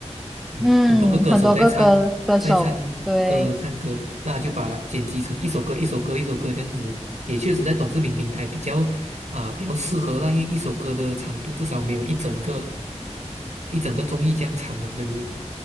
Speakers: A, on the right; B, in the centre.
A: 嗯，
B: 嗯，
A: 很多个歌手在唱，
B: 很多个歌歌手，
A: 在唱歌唱歌，
B: 对，
A: 那他就把剪辑成一首歌一首歌一首歌这样子，也确实在短视频平台比较啊、比较适合那因为一首歌的长度至少没有一整个一整个综艺这样长嘛，对不对？